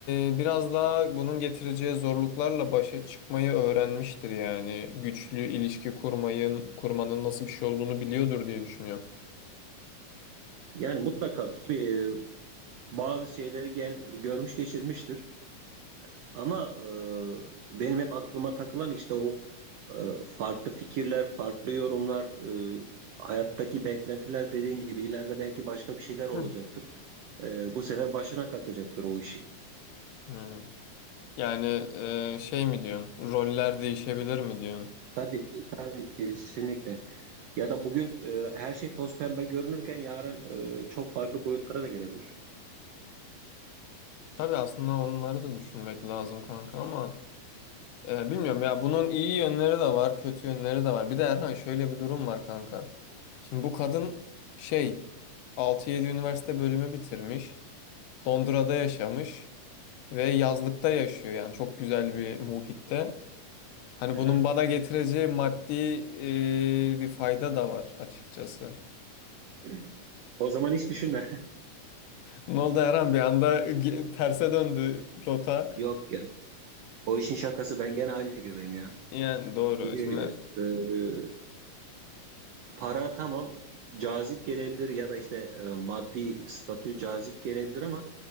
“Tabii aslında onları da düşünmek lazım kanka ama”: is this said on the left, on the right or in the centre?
Left